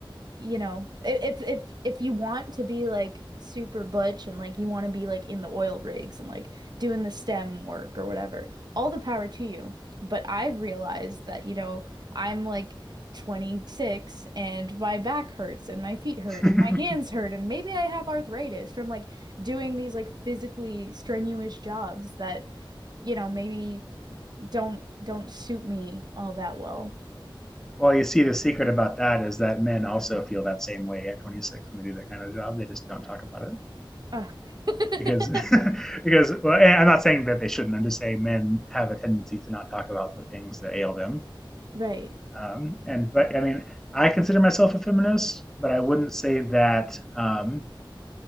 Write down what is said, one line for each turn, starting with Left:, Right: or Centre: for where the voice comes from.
Right: you know, i- if if if you want to be like super butch and like you want to be like in the oil rigs and like doing the STEM work or whatever, all the power to you. But I've realized that, you know, I'm like 26 and my back hurts and my feet hurt
Centre: <laughs>
Right: and my hands
Centre: <laughs>
Right: hurt and maybe I have arthritis from like doing these like physically strenuous jobs that, you know, maybe don't don't suit me all that well.
Centre: Well, you see, the secret about that is that men also feel that same way at 26 when they do that kind of job. They just don't talk about it
Right: Ugh. <laughs>
Centre: because, <laughs> because well, I'm not saying that they shouldn't. I'm just saying men have a tendency to not talk about the things that ail them.
Right: Right,
Centre: Um, and but I mean, I consider myself a feminist, but I wouldn't say that um,